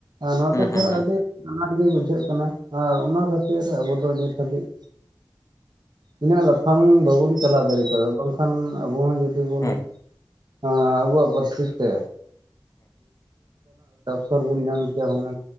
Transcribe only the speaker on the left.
ᱦᱩᱸ
ᱦᱩᱸ ᱦᱩᱸ
ᱦᱩᱸ